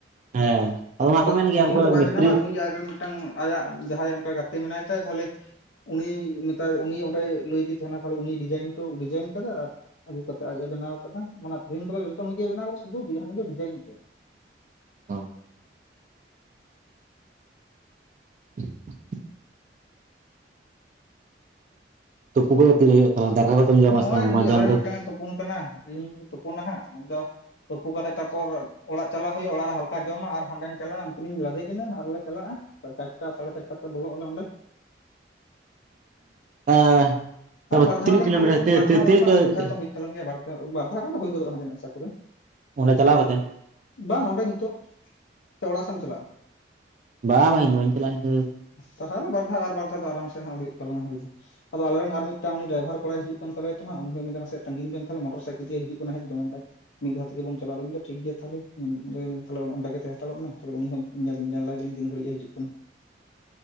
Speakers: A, on the right; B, on the left.
A: ᱦᱮᱸ ᱚᱱᱟ
B: ᱟᱫᱚ
A: ᱠᱚ ᱢᱮᱱ ᱜᱮᱭᱟ
B: ᱱᱩᱭ
A: ᱩᱱᱠᱩ
B: ᱦᱚᱸᱛᱚ ᱵᱟᱭ
A: ᱢᱤᱥᱛᱨᱤ
B: ᱵᱮᱱᱟᱣᱟ ᱱᱩᱭ ᱟᱡᱨᱮᱱ ᱢᱤᱫᱴᱟᱝ ᱟᱭᱟᱜ ᱡᱟᱦᱟᱸᱭ ᱚᱱᱠᱟ ᱜᱟᱛᱮ ᱢᱮᱱᱟᱭ ᱛᱟᱭ ᱛᱟᱦᱞᱮ ᱩᱱᱤ ᱢᱮᱛᱟᱭ ᱩᱱᱤ ᱚᱸᱰᱮ ᱞᱟᱹᱭᱫᱮ ᱛᱟᱦᱮᱱᱟ ᱛᱟᱦᱞᱮ ᱩᱱᱤ ᱰᱤᱡᱟᱭᱤᱱ ᱠᱚ ᱰᱤᱡᱟᱭᱤᱱ ᱠᱟᱫᱟ ᱟᱨ ᱟᱹᱜᱩ ᱠᱟᱛᱮ ᱟᱡ ᱮ ᱵᱮᱱᱟᱣ ᱠᱟᱫᱟ ᱚᱱᱟ ᱯᱷᱨᱮᱢ ᱠᱚᱫᱚ ᱡᱚᱛᱚ ᱱᱩᱭᱜᱮ ᱵᱮᱱᱟᱣ ᱠᱟᱫᱟ ᱥᱩᱫᱩ ᱦᱟᱹᱱᱤ ᱫᱚ ᱰᱤᱡᱟᱭᱱᱤ ᱛᱮ
A: ᱳ <inaudible> ᱛᱩᱯᱩ ᱠᱚᱫᱚ ᱛᱤ ᱨᱮ ᱦᱩᱭᱩᱜᱼᱟ ᱛᱟᱦᱞᱮ ᱫᱟᱠᱟ ᱠᱚᱫᱚᱢ
B: ᱱᱚᱜᱼᱚᱭ
A: ᱡᱚᱢᱟ ᱥᱮ ᱵᱟᱝ
B: ᱱᱩᱭ
A: ᱢᱟᱸᱡᱟᱱ
B: ᱟᱞᱮᱨᱮᱱ
A: ᱫᱚ?
B: ᱢᱤᱫᱴᱟᱝ ᱮ ᱛᱩᱯᱩᱱ ᱠᱟᱱᱟ ᱤᱧ ᱛᱳᱯᱚᱱᱟ ᱦᱟᱸᱜ ᱟᱫᱚ ᱛᱳᱯᱳ ᱠᱟᱛᱮᱜ ᱛᱟᱨᱯᱚᱨ ᱚᱲᱟᱜ ᱪᱟᱞᱟ ᱦᱩᱭᱩᱜᱼᱟ ᱚᱲᱟᱜ ᱨᱮ ᱦᱟᱞᱠᱟ ᱡᱚᱢᱟ ᱟᱨ ᱦᱟᱸᱰᱮᱧ ᱪᱟᱞᱟᱜᱼᱟ ᱩᱱᱠᱤᱱᱤᱧ ᱞᱟᱫᱮ ᱠᱤᱱᱟᱹ ᱟᱨᱞᱮ ᱪᱟᱞᱟᱜᱼᱟ ᱾ ᱪᱟᱨᱴᱟ ᱥᱟᱲᱮ ᱪᱟᱨᱴᱟ ᱛᱮ ᱵᱚᱞᱚᱜ ᱟᱞ ᱚᱸᱰᱮ
A: ᱟᱨ ᱛᱟᱯᱚᱨ
B: ᱟᱨ ᱵᱟᱨ ᱫᱷᱟᱣ
A: ᱛᱤᱱᱟᱹᱜ
B: ᱜᱟᱱ
A: ᱠᱤᱞᱳᱢᱤᱴᱟᱨ
B: ᱦᱟᱸᱜ ᱞᱟᱝ
A: <unintelligible>
B: ᱵᱟᱨ ᱫᱷᱟᱣ ᱵᱟᱝ ᱟᱨ
A: ᱛᱮ
B: <unintelligible> ᱜᱮᱭᱟ ᱵᱟᱨᱫᱷᱟ ᱵᱟᱨᱫᱷᱟᱣ ᱜᱟᱱ ᱫᱚ ᱦᱩᱭ ᱜᱚᱫᱚᱜᱼᱟ ᱦᱟᱜ ᱡᱟᱱᱤᱡ ᱟᱥᱟ ᱠᱚᱨᱮ ᱾
A: ᱚᱸᱰᱮ ᱪᱟᱞᱟᱣ ᱠᱟᱛᱮᱱ?
B: ᱵᱟᱝ ᱱᱚᱸᱰᱮ ᱱᱤᱛᱚᱜ ᱥᱮ ᱚᱲᱟᱜ ᱥᱮᱢ ᱪᱟᱞᱟᱜᱼᱟ?
A: ᱵᱟ ᱵᱟ ᱤᱧᱫᱚ ᱵᱟᱹᱧ ᱪᱟᱞᱟᱜ-ᱟ ᱱᱤᱛᱚᱜ ᱨᱮᱫᱚ ᱾
B: ᱛᱟᱦᱚᱞᱮ ᱵᱟᱨᱫᱷᱟ ᱟᱨ ᱵᱟᱨ ᱫᱷᱟᱣ ᱫᱚ ᱟᱨᱟᱢ ᱥᱮ ᱦᱟᱸᱜ ᱦᱳᱭᱳᱜ ᱛᱟᱞᱝᱟ ᱦᱩᱭ ᱫᱚ ᱟᱫᱚ ᱟᱞᱮ ᱨᱮᱱ ᱟᱨ ᱢᱤᱫ ᱩᱱᱤ ᱰᱟᱭᱵᱷᱟᱨ ᱠᱚᱲᱟᱭ ᱦᱤᱡᱩᱜ ᱠᱟᱱ ᱛᱟᱞᱮ ᱛᱚ ᱩᱱᱤ ᱦᱚᱸᱭ ᱢᱮᱱᱫᱟ ᱱᱟᱥᱮᱭᱟᱜ ᱛᱟᱹᱜᱤᱧ ᱵᱮᱱ ᱛᱟᱦᱞᱮ ᱢᱚᱴᱚᱨ ᱥᱟᱭᱠᱮᱞ ᱛᱮ ᱦᱤᱡᱩᱜ ᱠᱟᱱᱟ ᱦᱮᱡ ᱫᱚ ᱢᱮᱱᱫᱟᱭ ᱢᱤᱫ ᱫᱷᱟᱣ ᱛᱮᱜᱮ ᱵᱚᱱ ᱪᱟᱞᱟᱜ-ᱟ ᱟᱫᱚᱧ ᱢᱮᱱ ᱫᱟ ᱴᱷᱤᱠ ᱜᱮᱭᱟ ᱛᱟᱦᱞᱮ <unintelligible> ᱛᱟᱦᱞᱮ ᱚᱸᱰᱮ ᱜᱮ ᱛᱟᱦᱮᱸ ᱦᱟᱛᱟᱲᱚᱜ ᱢᱮ ᱛᱟᱦᱞᱮ ᱩᱱᱤ ᱦᱚᱸᱧ ᱧᱮᱞ ᱧᱮᱞ ᱞᱟᱜᱟᱭ ᱜᱮᱞᱤᱧ ᱛᱤᱱ ᱜᱷᱟᱹᱲᱤᱡ ᱮ ᱦᱤᱡᱩᱜ ᱠᱟᱱᱟ